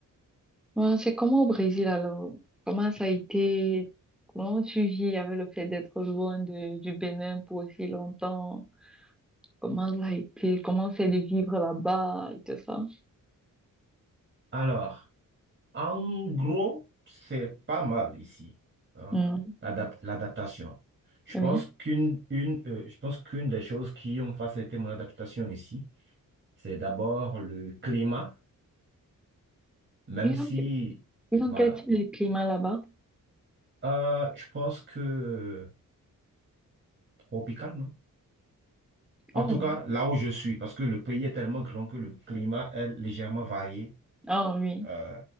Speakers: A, in the centre; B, on the right.
A: Ouais, c'est comment au Brésil alors? Comment ça a été? Comment tu vis avec le fait d'être loin de, du Bénin pour aussi longtemps? Comment ça a été? Comment c'est de vivre là-bas et tout ça?
B: Alors, en gros, c'est pas mal ici, hein,
A: Mm,
B: l'adap- l'adaptation. Je
A: Oui.
B: pense qu'une, une, euh, je pense qu'une des choses qui ont facilité mon adaptation ici, c'est d'abord le climat, même
A: Ils
B: si,
A: ont, que- ils ont
B: voilà,
A: quel type de climat là-bas?
B: Euh, je pense que tropical, non? En
A: Oh,
B: tout cas, là où je suis, parce que le pays est tellement grand que le climat est légèrement varié
A: ah oui.
B: euh,